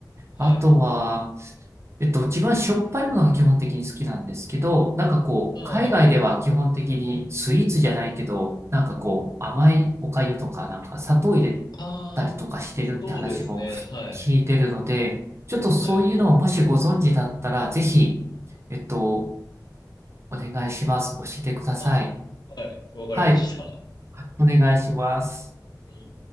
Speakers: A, on the left; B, on the right.
A: はい。
B: あとは、えっと、自分はしょっぱいものが基本的に好きなんですけど、なんかこう、
A: ああ、
B: 海外では基本的にスイーツじゃないけど、
A: はい。
B: なんかこう、甘いお粥とか、なんか砂糖入れ
A: ああ、
B: たりとかしてるって話も聞いてるので、
A: そうですね。はい。
B: ちょっとそういうのをもしご存知だったら、
A: はい。
B: ぜひ、えっと、お願いします。教えてください。
A: あ、はい。わかりました。
B: はい。はいお願いします。
A: い